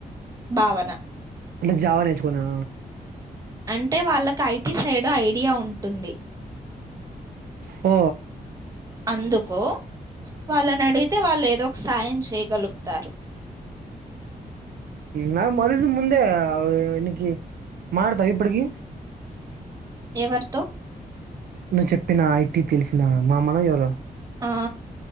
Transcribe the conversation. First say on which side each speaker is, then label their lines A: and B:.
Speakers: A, on the right; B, on the right.
A: భావన
B: అంటే జావా నేర్చుకున్నా
A: అంటే వాళ్ళకు ఐటీ సైడ్ ఐడియా ఉంటుంది
B: ఓ
A: అందుకు వాళ్ళని అడిగితే వాళ్ళు ఏదో ఒక సాయం చేయగలుగుతారు
B: న అదింద ముందే ఇకి మతావ ఇప్పుటికి
A: ఎవరితో
B: నువ్వు చెప్పిన ఐటీ తెలిసిన మామన ఎవరు
A: ఆ